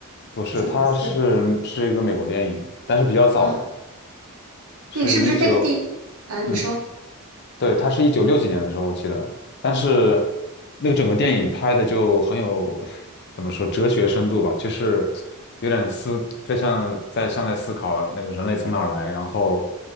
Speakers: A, on the left; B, on the right.
A: 不是，
B: 好像不是
A: 它是是一个美国电影，但是比较早了，
B: 啊。对，
A: 是一九
B: 是不是那个地啊？你说
A: 嗯。对，它是一九六几年的时候，我记得。但是那个整个电影拍的就很有，怎么说，哲学深度吧，就是有点思，在像在像在思考那个人类从哪儿来，然后